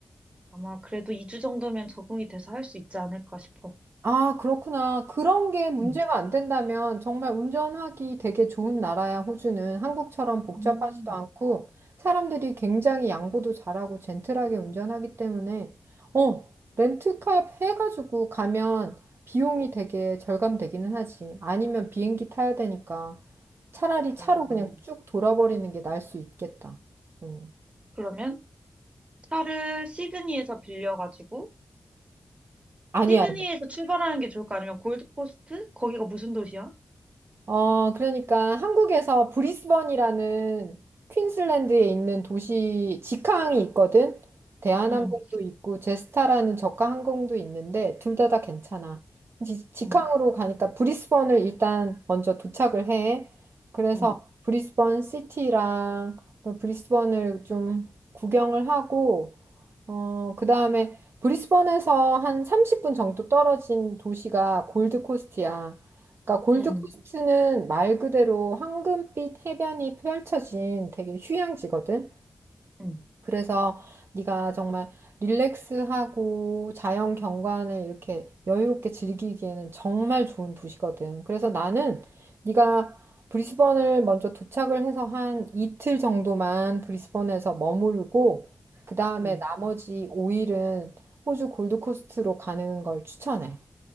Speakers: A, on the right; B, on the right.
A: 아마 그래도 2주 정도면 적응이 돼서 할 수 있지 않을까 싶어.
B: 아, 그렇구나. 그런 게 문제가
A: 음.
B: 안 된다면 정말 운전하기 되게 좋은 나라야, 호주는. 한국처럼 복잡하지도
A: 음.
B: 않고 사람들이 굉장히 양보도 잘하고 젠틀하게 운전하기 때문에 어, 렌트카 해가지고 가면 비용이 되게 절감되기는 하지. 아니면 비행기 타야 되니까 차라리 차로
A: 음,
B: 그냥 쭉 돌아버리는 게 나을 수 있겠다. 어.
A: 그러면 차를 시드니에서 빌려가지고,
B: 아니,
A: 시드니에서
B: 아니.
A: 출발하는 게 좋을까? 아니면 골드코스트? 거기가 무슨 도시야?
B: 어, 그러니까 한국에서 브리스번이라는 퀸슬랜드에 있는 도시 직항이 있거든. 대한항공도
A: 응,
B: 있고 제스타라는 저가 항공도 있는데 둘 다 다 괜찮아.
A: 응
B: 지- 직항으로
A: 응,
B: 가니까 브리스번을 일단 먼저 도착을 해. 그래서
A: 응,
B: 브리스번 시티랑 그 브리스번을 좀 구경을 하고 어, 그다음에 브리스번에서 한 30분 정도 떨어진 도시가 골드코스트야. 그러니까 골드코스트는
A: 응,
B: 말 그대로 황금빛 해변이 펼쳐진 되게 휴양지거든.
A: 응,
B: 그래서 네가 정말 릴렉스하고 자연 경관을 이렇게 여유롭게 즐기기에는 정말 좋은 도시거든. 그래서 나는 네가 브리스번을 먼저 도착을 해서 한 이틀 정도만 브리스번에서 머무르고 그 다음에
A: 음.
B: 나머지 5일은 호주 골드코스트로 가는 걸 추천해.